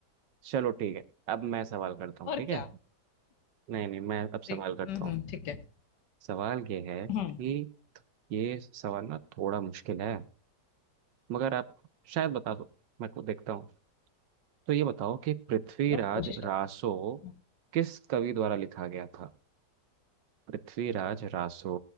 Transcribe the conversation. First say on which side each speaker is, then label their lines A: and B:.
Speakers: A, on the right; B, on the left.
A: चलो ठीक है अब मैं सवाल करता हूँ
B: और
A: ठीक है
B: क्या
A: नहीं नहीं मैं अब
B: ठीक
A: सवाल करता
B: हम्म
A: हूँ
B: हम्म, ठीक है
A: सवाल ये है
B: हम्म
A: कि ये सवाल ना थोड़ा मुश्किल है मगर आप शायद बता दो मैं को देखता हूँ तो ये बताओ कि पृथ्वीराज
B: चलो कोशिश करते
A: रासो
B: हैं
A: किस कवि द्वारा लिखा गया था पृथ्वीराज रासो